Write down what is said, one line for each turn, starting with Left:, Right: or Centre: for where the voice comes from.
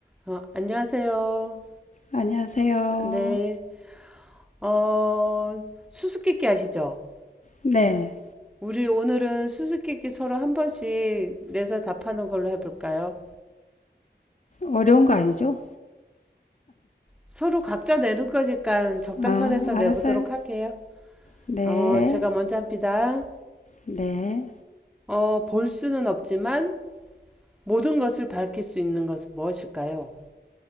Centre: 어, 안녕하세요.
Left: 안녕하세요.
Centre: 네. 어, 수수께끼 아시죠?
Left: 네.
Centre: 우리 오늘은 수수께끼 서로 한 번씩 내서 답하는 걸로 해볼까요?
Left: 어려운 거 아니죠?
Centre: 서로 각자 내는 거니까 적당선에서
Left: 아,
Centre: 내보도록
Left: 알았어요.
Centre: 할게요.
Left: 네.
Centre: 어, 제가 먼저 합니다.
Left: 네.
Centre: 어, 볼 수는 없지만 모든 것을 밝힐 수 있는 것은 무엇일까요?